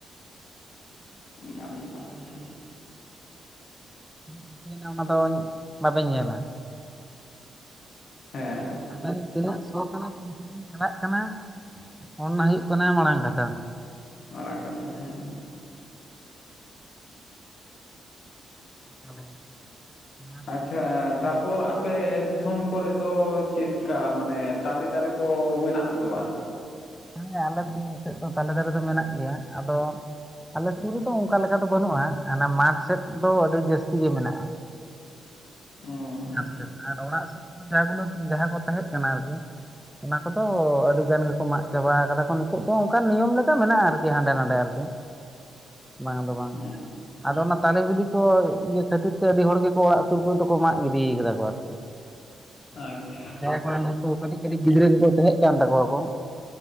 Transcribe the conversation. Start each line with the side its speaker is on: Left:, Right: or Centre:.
Left: ᱚᱱᱠᱟ ᱵᱮᱯᱟᱨ ᱟᱨᱠᱤ
Centre: ᱪᱤᱠᱟᱹᱭ ᱱᱟ ᱚᱱᱟ ᱫᱚ ᱵᱟᱵᱮᱧ ᱧᱮᱞᱟ
Left: ᱦᱮᱸ
Centre: ᱚᱠᱟ ᱛᱤᱱᱟᱹᱜ ᱥᱚ ᱠᱟᱱᱟ ᱪᱟᱞᱟᱜ ᱠᱟᱱᱟ ᱚᱱᱟ ᱦᱩᱭᱩᱜ ᱠᱟᱱᱟ ᱢᱟᱲᱟᱝ ᱠᱟᱛᱷᱟ
Left: ᱢᱟᱨᱟᱝ ᱠᱟᱛᱷᱟ ᱦᱮᱸ
Centre: <unintelligible> ᱟᱨ
Left: ᱟᱪᱪᱷᱟ
Centre: ᱟᱞᱮ
Left: ᱛᱟᱯᱚᱨ
Centre: ᱥᱮᱫ ᱫᱚ ᱜᱚᱝᱠᱮ
Left: ᱟᱯᱮ
Centre: ᱦᱮᱸ
Left: ᱥᱚᱢ ᱠᱚᱨᱮ ᱫᱚ ᱪᱮᱜᱠᱟ ᱢᱟᱱᱮ ᱛᱟᱞᱮ ᱫᱟᱨᱮ ᱠᱚ ᱢᱮᱱᱟᱜ-ᱟ ᱟᱥᱮ ᱵᱟᱝ
Centre: ᱦᱮᱸ ᱟᱞᱮ ᱱᱚᱛᱮᱫ ᱫᱚ ᱛᱟᱞᱮ ᱫᱟᱨᱮ ᱫᱚ ᱢᱮᱱᱟᱜ ᱜᱮᱭᱟ ᱟᱫᱚ ᱟᱞᱮ ᱥᱩᱨ ᱨᱮᱫᱚ ᱚᱱᱠᱟ ᱞᱮᱠᱟ ᱫᱚ ᱵᱟᱹᱱᱩᱜ-ᱟ ᱦᱟᱱᱮ ᱢᱟᱴᱷ ᱥᱮᱫ ᱫᱚ ᱟᱹᱰᱤ ᱡᱟᱹᱥᱛᱤ ᱜᱮ ᱢᱮᱱᱟᱜ-ᱟ
Left: ᱦᱩᱸ
Centre: ᱟᱨ ᱥᱮᱫ ᱟᱨ ᱚᱲᱟᱜ ᱥᱮᱫ ᱠᱚ ᱡᱟ ᱜᱩᱞᱳ ᱡᱟᱦᱟᱸ ᱠᱚ ᱛᱟᱦᱮᱸ ᱠᱟᱱᱟ ᱟᱨᱠᱤ ᱚᱱᱟ ᱠᱚᱫᱚ ᱟᱹᱰᱤ ᱜᱟᱱ ᱜᱮᱠᱚ ᱢᱟᱜ ᱪᱟᱵᱟ ᱠᱟᱫᱟ ᱠᱚ ᱱᱤᱛᱚᱜ ᱫᱚ ᱚᱝᱠᱟᱱ ᱱᱤᱭᱚᱢ ᱞᱮᱠᱟ ᱢᱮᱱᱟᱜ-ᱟ ᱟᱨᱠᱤ ᱦᱟᱸᱰᱮ ᱱᱟᱰᱮ ᱟᱨᱠᱤ ᱵᱟᱝ ᱫᱚ ᱵᱟᱝ
Left: ᱦᱩᱸ
Centre: ᱟᱫᱚ ᱚᱱᱟ ᱛᱟᱞᱮ ᱵᱤᱞᱤ ᱠᱚ ᱤᱭᱟᱹ ᱠᱷᱟᱹᱛᱤᱨ ᱛᱮ ᱟᱹᱰᱤ ᱦᱚᱲ ᱜᱮᱠᱚ ᱚᱲᱟᱜ ᱥᱩᱨ ᱠᱚᱨᱮ ᱫᱚᱠᱚ ᱢᱟᱜ ᱜᱤᱰᱤ ᱠᱟᱫᱟ ᱠᱚ ᱟᱨᱠᱤ
Left: ᱟᱪᱪᱷᱟ
Centre: <unintelligible> ᱠᱟᱹᱴᱤᱡ ᱠᱟᱹᱴᱤᱡ ᱜᱤᱫᱽᱨᱟᱹ ᱠᱚᱠᱚ ᱛᱟᱦᱮᱸ ᱠᱟᱱ ᱛᱟᱠᱚᱣᱟ ᱠᱚ